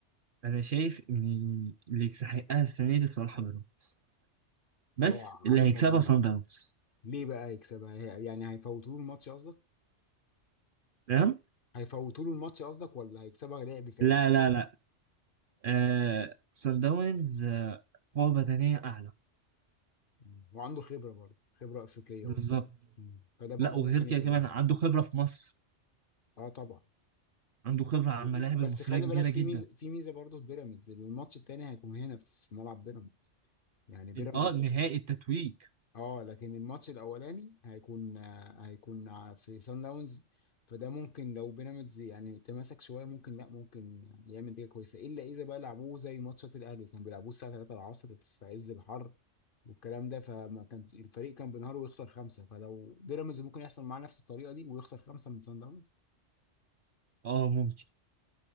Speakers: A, on the right; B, on the left.
A: انا شايف ان اللي يستحقها السنه دي الصراحه بيراميدز بس
B: اه
A: اللي
B: عامل
A: هيكسبها
B: مجهود
A: صن داونز
B: ليه بقى يكسبها؟ هي- يعني هيفوتوا له الماتش قصدك؟
A: تمام
B: هيفوتوا له الماتش قصدك ولا هيكسبها لعب فعلا
A: لا
B: كوره؟
A: لا لا آه صن داونز آه، قوه بدنيه اعلى
B: مم. وعنده خبره برضه خبره افريقيه
A: بالظبط
B: وبتاع مم. فده برضه
A: لا وغير
B: ممكن
A: كده
B: يفرق
A: كمان
B: معاه
A: عنده خبره في مصر
B: اه طبعا
A: عنده خبره على
B: و- و-
A: الملاعب المصريه
B: بس خلي
A: كبيره
B: بالك في
A: جدا
B: ميزه في ميزه برضه في بيراميدز الماتش التاني هيكون هنا في ملعب بيراميدز يعني بيراميدز
A: ال- اه نهائي التتويج
B: اه لكن الماتش الاولاني هيكون آه، هيكون آه، في سان داونز فده ممكن لو بيراميدز يعني تماسك شويه ممكن لا ممكن يعني يعمل نتيجه كويسه الا اذا بقى لعبوه زي ماتشات الاهلي كان بيلعبوه الساعه 3 العصر في عز الحر والكلام ده فما كان الفريق كان بينهار ويخسر خمسه فلو بيراميدز ممكن يحصل معاه نفس الطريقه دي ويخسر خمسه من سان داونز
A: اه ممكن